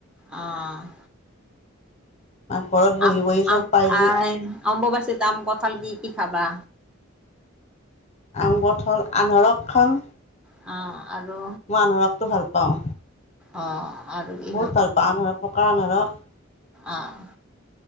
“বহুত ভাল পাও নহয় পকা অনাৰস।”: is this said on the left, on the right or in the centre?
Left